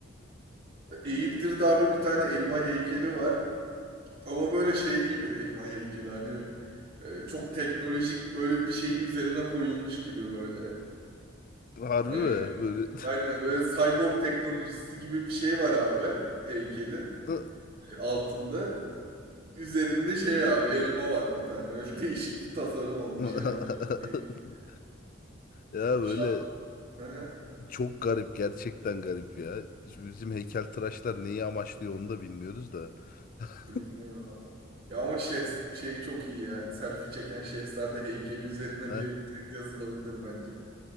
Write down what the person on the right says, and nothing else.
Eğirdir'de abi bir tane elma heykeli var. Ama böyle şey gibi elma heykeli hani e, çok teknolojik böyle bir şeyin üzerine koyulmuş gibi böyle.
Hani
aynen böyle cyborg teknolojisi gibi bir şey var abi heykelin
e, altında. Üzerinde şey abi elma var bir tane. Öyle <laughs> değişik bir tasarım olmuş
yani o da çok değişik.
Şan.
Hı,
Bilmiyorum abi. Ya ama şey, şey çok iyi yani. Selfie çeken şehzade heykeli üzerine
bir tez yazılabilir bence.